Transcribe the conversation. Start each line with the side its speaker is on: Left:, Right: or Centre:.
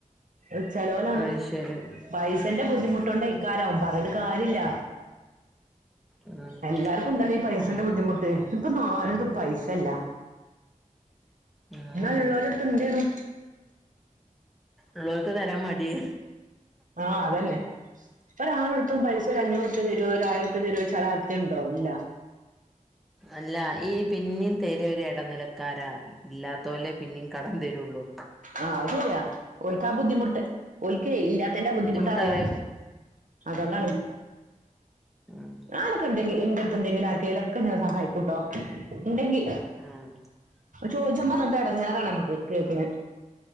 Right: ഉം ചെലോലാണ്
Centre: അത് ശരി
Right: പൈസേന്റെ ബുദ്ധിമുട്ടോണ്ടെക്കാരാവും പറഞ്ഞ്ട്ട് കാര്യ ല്ല
Centre: ഉം
Right: എല്ലാർക്കുണ്ടല്ലോ ഈ പൈസേന്റെ
Centre: ആഹ്
Right: ബുദ്ധിമുട്ട് ഇപ്പൊന്നും ആരെടുത്തും പൈസല്ല
Centre: ഉം
Right: എന്നാ ഉള്ളോലെട്ത്ത് ഉണ്ടേനു
Centre: ഉള്ളവര്ക്ക് തരാൻ മടിയാ
Right: ആഹ് അതന്നെ ഒരാളെടുത്തും പൈസ ഒരഞ്ഞൂറുപ്പിയ തരൊ ഒരു ആയിരറുപ്പിയ തരൊ ച്ചാല് ആര്ക്കേണ്ടോ ഇല്ല
Centre: അല്ല ഈ പിന്നിം തര ഒര് എടനിലക്കാരാ ഇല്ലാ തോല് പിന്നേം കടം തരൂള്ളൂ
Right: ആഹ് അത് ശരിയാ ഓല്ക്കാ ബുദ്ധിമുട്ട് ഓല്ക്കേ ഇല്ലാത്തേന്റെ ബുദ്ധിമുട്ടറിയാ
Centre: ബുദ്ധിമുട്ടറിയും
Right: അതോണ്ടാണ്
Centre: ഉം ഉം
Right: ഞാനൊക്കെണ്ടെങ്കി ഇന്റടുത്ത് ഇണ്ടെങ്കില് ആർക്കേലൊക്കെ ഞാൻ സഹായിക്കൂട്ടോ ഉണ്ടെങ്കി
Centre: ഉം ഉം
Right: ചോയിച്ചുമ്പങ്ങട്ട് എടങ്ങേറാണ് നമ്മക്ക് കേൾക്ക്ണെ